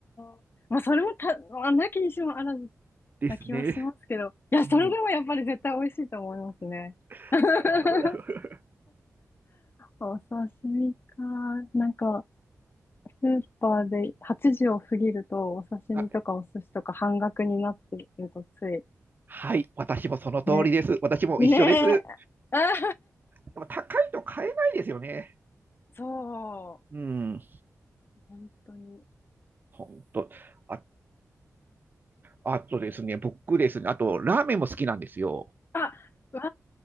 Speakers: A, on the left (about 40°); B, on the right (about 35°).
A: ー。まあ、それもた、まあ、なきにしもあらず
B: ですね。
A: な気はしますけど。いや、
B: うん、
A: それでもやっぱり絶対美味しいと思いますね。
B: <laughs>
A: <laughs>
B: なるほど、なるほど。
A: お刺身か。なんか、スーパーで8時を過ぎると、お刺身とかお寿司とか半額になってるとつい
B: あはい、私もその通りです。
A: ね、
B: 私も一緒です。
A: ねえ。あ
B: でも高いと買えないですよね。
A: <laughs> そう。
B: うん、
A: 本当に。
B: 本当。あ、あとですね、僕ですね、あと、ラーメンも好きなんですよ。
A: あ、わ